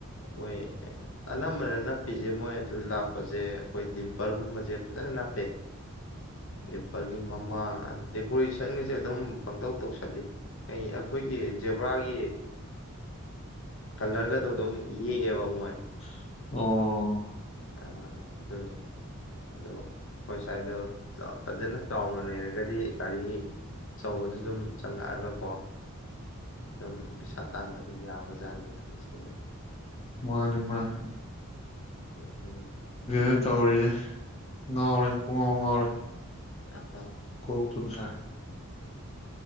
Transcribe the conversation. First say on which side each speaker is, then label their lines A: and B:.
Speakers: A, on the left; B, on the left.
A: ꯅꯣꯏ ꯑꯅꯝꯕꯅ ꯅꯞꯄꯤꯁꯦ ꯃꯣꯏ ꯑꯗꯨ ꯂꯥꯛꯄꯁꯦ ꯑꯩꯈꯣꯏ ꯗꯤꯝꯄꯔꯒꯨꯝꯕꯁꯦ ꯐꯖꯅ ꯅꯞꯄꯦ ꯗꯤꯝꯄꯔꯒꯤ ꯃꯃꯥꯡ ꯗꯦꯀꯣꯔꯦꯁꯟꯒꯁꯦ ꯑꯗꯨꯝ ꯄꯪꯇꯧ ꯇꯧꯁꯜꯂꯤ ꯀꯩ ꯑꯩꯈꯣꯏꯒꯤ ꯖꯦꯕ꯭ꯔꯥꯒꯤ ꯀꯂꯔꯒꯗꯣ ꯗꯨꯝ ꯌꯦꯛꯑꯦꯕ ꯃꯣꯏ
B: ꯑꯣ
A: ꯑꯥ ꯑꯗꯨꯅꯤ ꯑꯗꯣ ꯑꯩꯈꯣꯏ ꯁ꯭ꯋꯥꯏꯗ ꯐꯖꯅ ꯆꯥꯎꯅ ꯂꯩꯔꯒꯗꯤ ꯒꯥꯔꯤꯆꯧꯕꯁꯨ ꯑꯗꯨꯝ ꯆꯪꯉꯛꯑꯒꯀꯣ <unintelligible> ꯄꯁꯥ ꯇꯥꯟꯕ ꯌꯥꯕꯖꯥꯠꯅꯤꯗ ꯃꯥꯁꯨ
B: ꯃꯥꯅꯤ ꯃꯥꯅꯤ
A: ꯎꯝ
B: ꯗ ꯇꯧꯔꯤꯁꯦ ꯉꯥꯎꯔꯦ ꯄꯨꯡꯉꯥꯎ ꯉꯥꯎꯔꯦ
A: ꯑ <unintelligible>
B: ꯀꯣꯛ ꯇꯨꯝ ꯁꯥꯏ